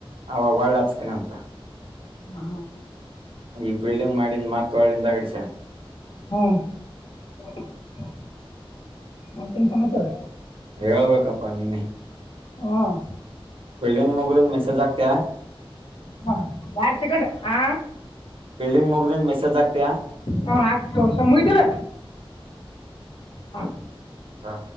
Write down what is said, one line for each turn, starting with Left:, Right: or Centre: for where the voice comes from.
Right: ಅವಾಗ ಒಳ್ಳಿ ಹಚ್ತಿನಂತ್.
Left: ಹಾ.
Right: ಈಗ ಫೀಲ್ಡಿಂಗ್ ಮಾಡಿಂದ್ ಮತ್ ಒಳ್ಳಿ ಹಿಂದಾಗಡ್ಸೆ.
Left: <inaudible> ಮತ್ತೇನು
Right: ಮತ್ತ
Left: ಸಮಾಚಾರ
Right: ಹೇಳ್ಬೇಕಪ್ಪಾ ನೀನೇ.
Left: ಹಾಂ
Right: ಫಿಲ್ಡಿಂಗ್ ಮುಗದಿಂದ್ ಮೆಸೆಜ್ ಹಾಕ್ತಿಯಾ.
Left: ಹ ಯಾಡ್ ಸೇಕೆಂಡ ಆ.
Right: ಫೀಲ್ಡಿಂಗ್ ಮುಗ್ದಿನ್ ಮೆಸೇಜ್ ಹಾಕ್ತ್ಯಾ
Left: ಹು ಹಾಕ್ತನ್ ತೋ ಸುಮ ಮುಗಿತಿಲ್ಲ. ಹಾ.
Right: ಸಾ.